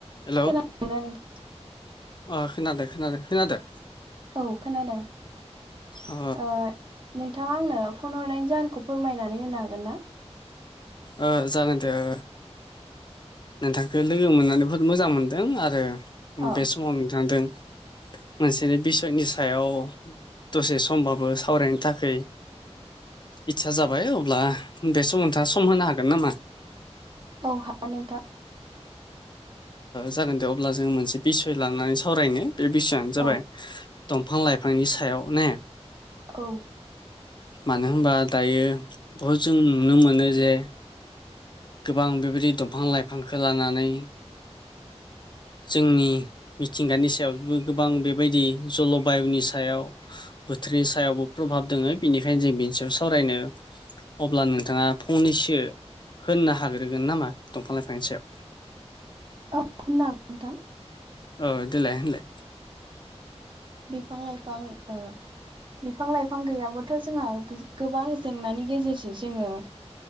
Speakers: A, on the left; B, on the right.
A: Hello.
B: <unintelligible>
A: अ खोनादों खोनादों खोनादों।
B: औ खोनादों
A: अ
B: ओ। नोंथाङा आंनो फन हरनायनि जाहोनखौ फोरमायनानै होनो हागोन ना?
A: ओ जागोन दे ओ। नोंथांखो लोगो मोननानै बुहुद मोजां मोनदों आरो
B: औ
A: बे समाव थांदों मोनसे बिसयनि सायाव दसे समबाबो सावरायनो थाखै इदसा जाबाय अब्ला बे सम नोंथाङा सम होनो हागोन नामा?
B: औ हागोन नों थां।
A: जागोन दे अब्ला जोंङो मोनसे बिसय लानानै सावरायनो। बे बिसयानो जाबाय
B: औ
A: दंफां लाइफांनि सायाव ने।
B: औ।
A: मानो होनबा दायो बहुत जों नुनो मोनो ज जे गोबां बेबायदि दंफां लाइफांखौ लानानै। जोंनि। मिथिंगानि सायावबो गोबां बेबायदि जल बायुनि सायाव बोथोरनि सायावबो प्रभाब दोङो बेनिखायनो जों बिनि सायाव सावरायनो अब्ला नोंथाङा फंनैसो होनो हाग्रोगोन नामा दंफां लाइफांनि सायाव?
B: औ होननोगोन नोंथां।
A: औ देलाय होनलाय।
B: बिफां लाइफां ओ बिफां लाइफां गैयाब्लााथ' जोंहा गोबां जेंनानि गेजेरजों जोङो